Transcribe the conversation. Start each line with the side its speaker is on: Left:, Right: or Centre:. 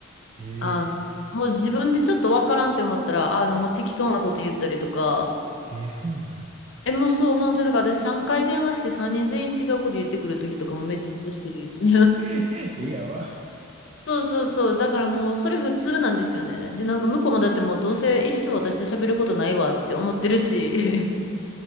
Right: ええ
Left: あもう自分でちょっとわからんって思ったら、あの、もう適当なこと言ったりとか、
Right: ええそうなんや。
Left: え、もうそう、本当になんか私3回電話して3人全員違うこと言ってくる時とかもめっちゃあるし。<laughs>
Right: <laughs> え、やば。<laughs>
Left: そうそうそう、だからもうそれ普通なんですよね。で、なんか向こうもだってもうどうせ一生私と喋ることないわって思ってるし、